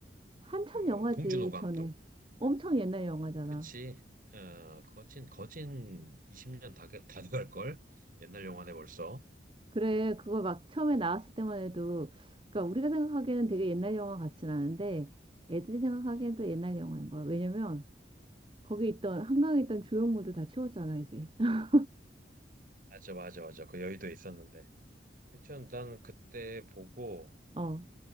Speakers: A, on the right; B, on the right.
A: 한참
B: 그,
A: 영화지,
B: 봉준호 감독.
A: 전에. 엄청 옛날 영화잖아.
B: 그치? 어, 거진, 거진 20년 다, 돼- 다 돼갈걸? 옛날 영화네 벌써.
A: 그래, 그거 막 처음에
B: 어,
A: 나왔을 때만 해도, 그러니까 우리가 생각하기에는 되게 옛날 영화 같진 않은데, 애들이 생각하기엔
B: 음,
A: 또 옛날 영화인 거야. 왜냐면, 거기 있던, 한강에
B: 음.
A: 있던 조형물도 다 치웠잖아, 이제. <laughs>
B: 맞아, 맞아, 맞아. 그 여의도에 있었는데. 하여튼 난 그때 보고,
A: 어,